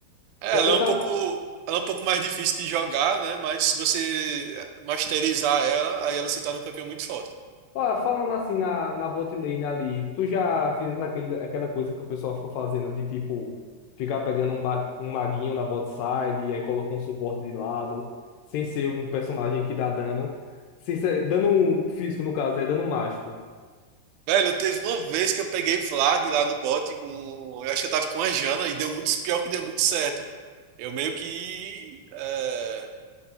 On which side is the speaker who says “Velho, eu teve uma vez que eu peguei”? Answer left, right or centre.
Right